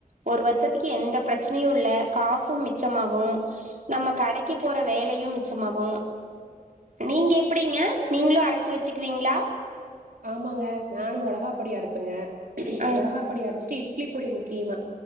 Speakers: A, on the right (about 60°); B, on the right (about 80°).
A: ஒரு வருஷத்துக்கு எந்த பிரச்சனையும் இல்ல காசும் மிச்சமாகும் நம்ம கடக்கி போற வேலையும் மிச்சமாகும் நீங்க எப்டிங்க நீங்களும் அரச்சு வச்சுக்குவீங்களா
B: ஆமாங்க நானும் மோளகா பொடிய அறப்பேங்கா க்கும்
A: ஆ
B: மோளகாப்பொடி அடிச்சுட்டு ப்ம் இட்லிப்பொடி முக்கியமா